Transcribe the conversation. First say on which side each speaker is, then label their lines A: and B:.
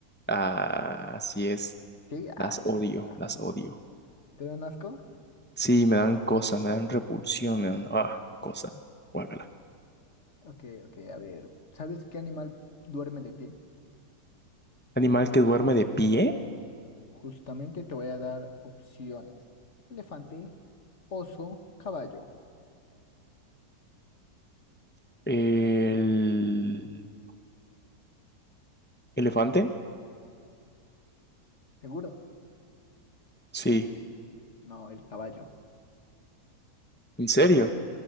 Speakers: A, on the left; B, on the left.
A: Ah, así es.
B: Sí, ahí
A: Las odio,
B: está.
A: las odio.
B: ¿Te dan asco?
A: Sí, me dan cosa, me dan repulsión, me dan, ah, cosa. Guácala.
B: Ok, ok, a ver. ¿Sabes qué animal duerme de pie?
A: Animal que duerme de pie.
B: Justamente te voy a dar opciones. Elefante, oso, caballo.
A: El elefante.
B: ¿Seguro?
A: Sí,
B: No, el caballo.
A: en serio.